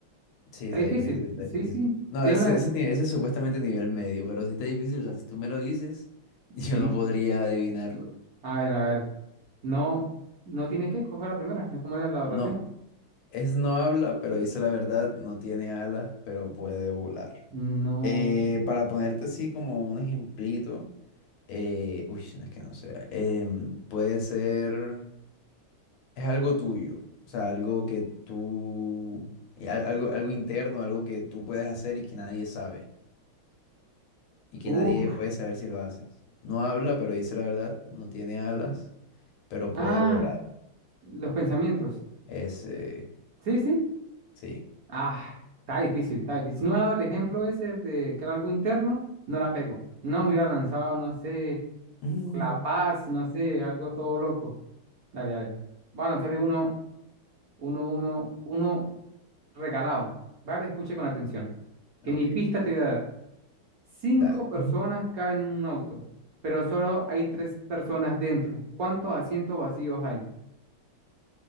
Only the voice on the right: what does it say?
Está
difícil.
Sí,
sí.
Sí,
es una...
Sí.
A ver, a ver. No, no tiene qué. ¿Cuál fue la primera? ¿Cómo era la
oración?
No.
Uf.
Ah,
los pensamientos.
Sí, sí.
Ah, está difícil, está difícil. Si no me ha dado el ejemplo ese de que era algo interno, no la pego. No, me hubiera lanzado, no sé,
La Paz, no sé, algo todo loco. Dale, dale. Voy a lanzarle uno, uno, uno, uno regalado. ¿Vale? Escuche con atención. Que
ni pista te voy a dar. Cinco
personas
caben en un auto, pero solo hay tres personas dentro. ¿Cuántos asientos vacíos hay?